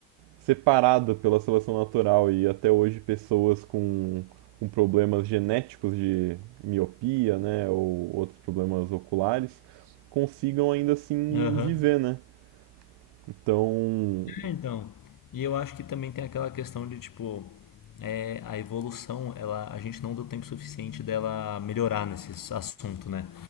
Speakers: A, on the right; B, on the left.
A: separada pela seleção natural e até hoje pessoas com, com problemas genéticos de miopia, né, ou outros problemas oculares, consigam ainda assim
B: Aham.
A: viver, né? Então,
B: É, então. E eu acho que também tem aquela questão de, tipo, é, a evolução, ela, a gente não deu tempo suficiente dela melhorar nesse assunto, né?